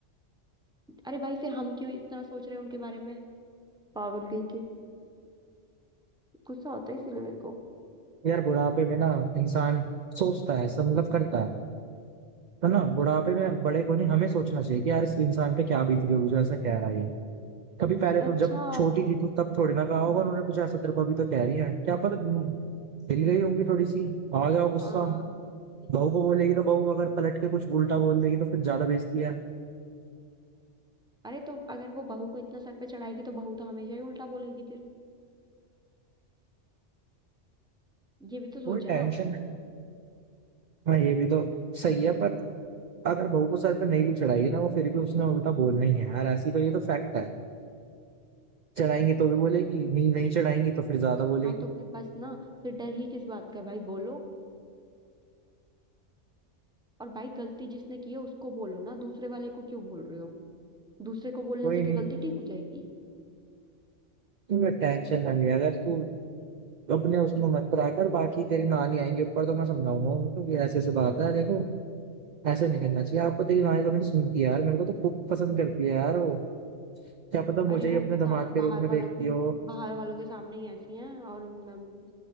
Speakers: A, in the centre; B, on the right (about 55°).
A: अरे भाई फिर हम क्यों इतना सोच रहे हैं उनके बारे में पागल गई के गुस्सा आता है इसीलिए मेरे को
B: यार बुढ़ापे में ना इंसान सोचता है सब मतलब करता है तो ना बुढ़ापे में बड़े को नहीं हमें सोचना चाहिए कि यार इस इंसान पे क्या बीत रही होगी जो ऐसा कह रहा है ये कभी पहले थोड़ी
A: अच्छा
B: जब छोटी थी तू तब थोड़ी ना कहा होगा उन्होंने कुछ ऐसा तेरे को अभी तो कह रही है क्या पता हम्म, हिल गई होंगी थोड़ी सी आ गया हो गुस्सा
A: हाँ हाँ बिल्कुल
B: बहू को बोलेगी तो बहू अगर पलट के कुछ उल्टा बोल देगी तो फिर ज्यादा बेइज्जती है
A: अरे तो अगर वो बहू को इतना सर पे चढ़ाएगी तो बहू तो हमेशा ही उल्टा बोलेगी फिर ये भी तो सोचे
B: वो टेंशन
A: ना
B: हाँ ये भी तो सही है पर अगर बहू को सर पे नहीं भी चढ़ाएगी ना वो फिर भी उसने उल्टा बोलना ही है यार ऐसी तो ये तो फैक्ट है चढ़ाएंगे तो भी बोलेगी नहीं नहीं चढ़ाएंगी तो फिर ज्यादा बोलेगी
A: हाँ तो फिर बस ना फिर डर ही किस बात का भाई बोलो और भाई गलती जिसने की है उसको बोलो ना दूसरे वाले को क्यों बोल रहे हो दूसरे को बोलने
B: कोई
A: से क्या
B: नहीं
A: गलती ठीक हो जाएगी
B: तुम्हें टेंशन ना ले अगर तू अपने उसमें मत पड़ा कर बाकी तेरी नानी आएंगे ऊपर तो मैं समझाऊंगा उनको कि ऐसे ऐसे बात है देखो ऐसे नहीं करना चाहिए आपको तेरी नानी तो मैंने सुन की यार मेरे को तो खूब पसंद करती है यार वो क्या पता मुझे
A: अरे वो
B: ही अपने
A: बस
B: दामाद
A: सा-
B: के
A: बाहर
B: रूप में
A: वालों
B: देखती
A: के
B: हो
A: बाहर वालों के सामने ही ऐसी हैं और म-